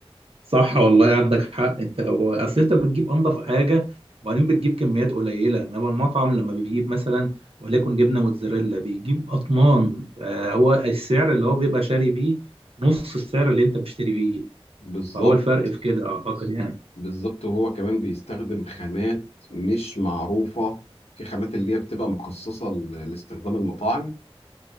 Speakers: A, on the right; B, on the left.
A: صح والله عندك حق انت لو اصل انت بتجيب انضف حاجه وبعدين بتجيب كميات قليله انما المطعم لما بيجيب مثلا وليكن جبنه موتزاريلا بيجيب اطنان فهو السعر اللي هو بيبقى شاري بيه نص السعر اللي انت مشتري بيه
B: بالظبط
A: فهو الفرق في كده اعتقد يعني
B: بالظبط وهو كمان بيستخدم خامات مش معروفة في خامات اللي هي بتبقى مخصصة ل- لاستخدام المطاعم